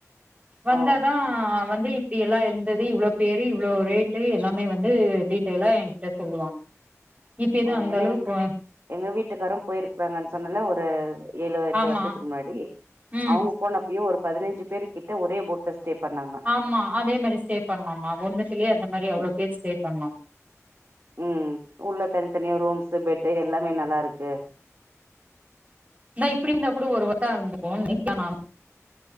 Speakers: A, on the right; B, on the right.
A: வந்தாதா
B: ஓ
A: வந்து இது எல்லா இருந்தது இவ்ளோ பேரு இவ்ளோ ரேட்டு எல்லாமே வந்து டீட் டைல்லா என்ட்ட சொல்லுவாங்க இது
B: ஓ
A: அந்த
B: ஏன்னா
A: அளவுக்கு
B: எங்க
A: ஓ
B: எங்க வீட்டுக்காரு போயிருக்கறாங்கன்னு சொன்னல்ல ஒரு ஏழு எட்டு
A: ஆமா
B: வர்ஷத்துக்கு முன்னாடி
A: ம்
B: அவுங்க போனப்பயோ ஒரு பதினஞ்சு பேரு கிட்ட ஒரே போட்ல ஸ்டே பண்ணாங்க
A: ஆமா அதே மாதிரி ஸ்டே பண்ணலாமா ஒன்னத்திலே அந்த மாரி அவ்ளோ
B: ம்
A: பேர் ஸ்டே பண்ல்லா
B: ம் உள்ள தனித்தனியா ரூம்ஸ்சு பெட்டு எல்லாமே நல்லா இருக்கு
A: இந்தா இப்டி இருந்தா கூட ஒருவத்தோ இருந்துப்போ நீட்டா நானு